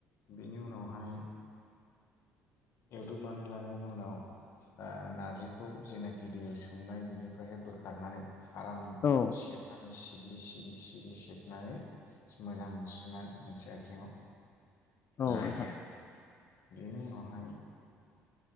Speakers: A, on the left; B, on the left.
A: बेनि उनावहाय एउदबनानै लानायनि उनाव ओ नारजिखौ जेनाखि दैयाव सोमनाय बिनिफ्रायहाय बोखारनानै आराम
B: औ
A: सेबनानै सिग्लि सिग्लि सिग्लि सेबनानै मोजां सुनानै मोनसे आगजेंआव
B: औ
A: लायो
B: नोंथां
A: बेनि उनावहाय